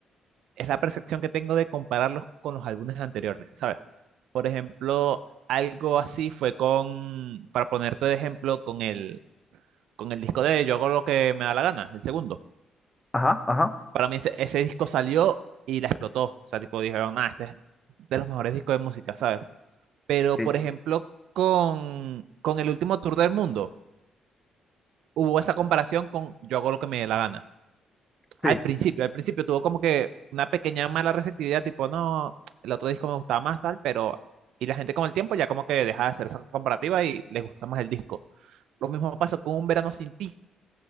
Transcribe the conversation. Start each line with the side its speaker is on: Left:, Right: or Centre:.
Right: es la percepción que tengo de compararlos con los álbumes anteriores, ¿sabes? Por ejemplo, algo así fue con, para ponerte de ejemplo, con el, con el disco de Yo hago lo que me da la gana, el segundo.
Left: Ajá, ajá.
Right: Para mí ese, ese disco salió y la explotó. O sea, tipo dijeron, ah, este es de los mejores discos de música, ¿sabes? Pero,
Left: Sí,
Right: por ejemplo, con, con el último tour del mundo, hubo esa comparación con Yo hago lo que me dé la gana.
Left: sí,
Right: Al principio, al principio tuvo como que una pequeña mala receptividad, tipo, no, el otro disco me gustaba más tal, pero... Y la gente con el tiempo ya como que deja de hacer esa comparativa y les gusta más el disco. Lo mismo pasó con Un Verano Sin Ti,